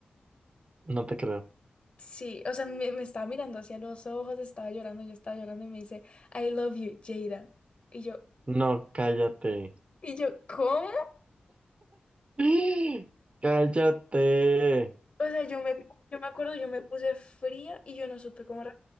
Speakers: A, on the right (about 35°); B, on the left (about 40°).
A: no te creo.
B: Sí, o sea, me, me estaba mirando hacia los ojos, estaba llorando, yo estaba llorando y me dice, I love you, Jada. Y yo,
A: No, cállate.
B: y yo, ¿cómo?
A: ¡Ah! Cállate.
B: O sea, yo me, yo me acuerdo, yo me puse fría y yo no supe cómo. re-